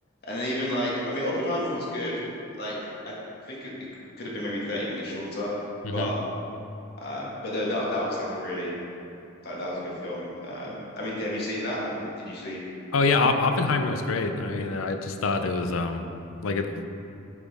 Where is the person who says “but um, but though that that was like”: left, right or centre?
Left